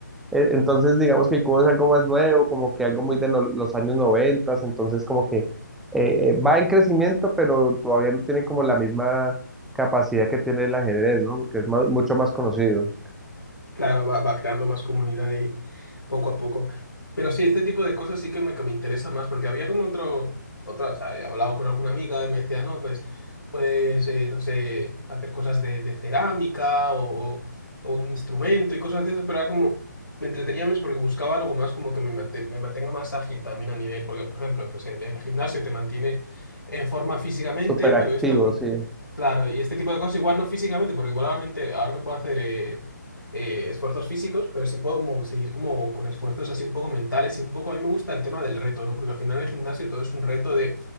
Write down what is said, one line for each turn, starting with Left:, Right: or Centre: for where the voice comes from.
Centre: eh, Entonces digamos que el cubo es algo más nuevo, como que algo muy de no- los años noventas, entonces como que eh, va en crecimiento, pero todavía no tiene como la misma capacidad que tiene el ajedrez, ¿no? Porque es más- mucho más conocido,
Left: claro, va, va creando más comunidad y poco a poco. Pero sí, este tipo de cosas sí que me, que me interesa más, porque había como otro, otra, o sea, he hablado con alguna amiga y me decía, no, pues puedes, eh, no sé, hacer cosas de, de cerámica o, o- o un instrumento y cosas de esas, pero era como, me entretenía menos porque buscaba algo más como que me, mate- me mantenga más ágil también a nivel, porque por ejemplo, pues el, el gimnasio te mantiene en forma físicamente,
Centre: súper
Left: pero
Centre: activo,
Left: esto como...
Centre: sí,
Left: Claro, y este tipo de cosas igual no físicamente, porque igualmente ahora no puedo hacer eh, eh, esfuerzos físicos, pero sí puedo como seguir como con esfuerzos así un poco mentales y un poco a mí me gusta el tema del reto, ¿no? Porque al final en el gimnasio todo es un reto de